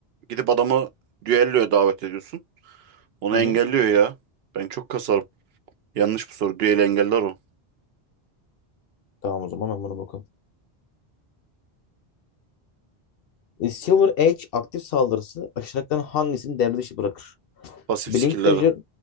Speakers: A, on the right; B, on the left.
A: gidip adamı düelloya davet ediyorsun. Onu
B: Hı
A: engelliyor
B: hı.
A: ya. Ben çok kasarım. Yanlış bu soru. Düeli engeller o.
B: Tamam o zaman ben buna bakalım. E, Silver Edge aktif saldırısı aşağıdakilerin hangisini devre dışı bırakır?
A: Pasif
B: Blink
A: skill'leri.
B: Desert,